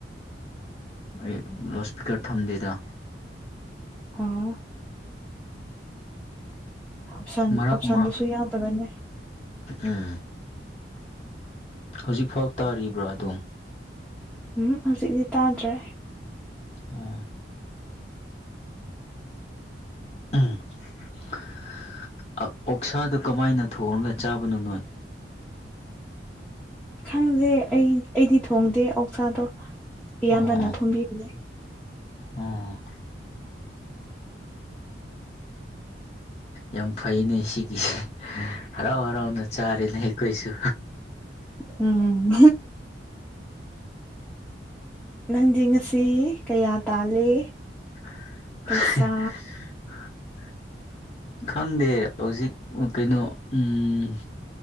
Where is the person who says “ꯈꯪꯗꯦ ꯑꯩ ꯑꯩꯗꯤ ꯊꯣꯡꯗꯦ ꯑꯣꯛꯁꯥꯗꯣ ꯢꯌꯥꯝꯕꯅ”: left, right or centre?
Centre